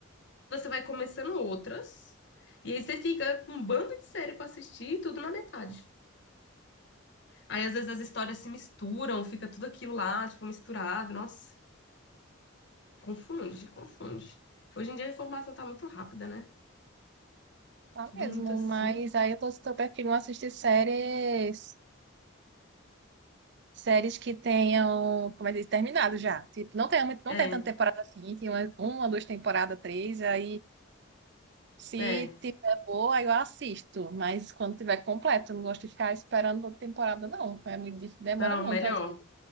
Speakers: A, on the left; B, on the right.
A: você vai começando outras. E aí você fica com um bando de série pra assistir e tudo na metade. Aí às vezes as histórias se misturam, fica tudo aquilo lá, tipo, misturado. Nossa, confunde, confunde. Hoje em dia a informação tá muito rápida, né?
B: Tá
A: Tudo
B: mesmo,
A: muito assim.
B: mas aí eu tô super preferindo assistir séries Séries que tenham, como é que diz, terminado já. Tipo, não tem, muito- não
A: É,
B: tem tanta temporada assim, tem uma, uma, duas temporadas, três, aí se
A: é.
B: tiver boa, aí eu assisto. Mas quando tiver completo, eu não gosto de ficar esperando outra temporada, não. É muito dif- demora
A: Não,
B: muito,
A: melhor.
B: às vezes.